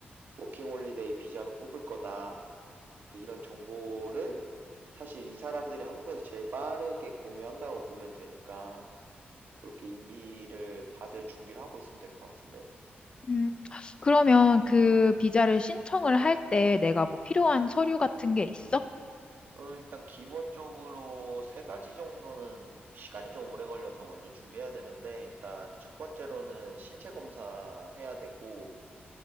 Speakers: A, on the right; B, on the left.
A: 워킹 홀리데이 비자로 뽑을 거다. 그 이런 정보를 사실 이 사람들이 한국에서 제일 빠르게 공유한다고 보면 되니까 그렇게 인비를 받을 준비를 하고 있으면 될 것 같은데.
B: 음. 그러면 그 비자를 신청을 할 때 내가 뭐 필요한 서류 같은 게 있어?
A: 어, 일단 기본적으로 세 가지 정도는 시간이 좀 오래 걸려서 먼저 준비해야 되는데 일단 첫 번째로는 신체 검사 해야 되고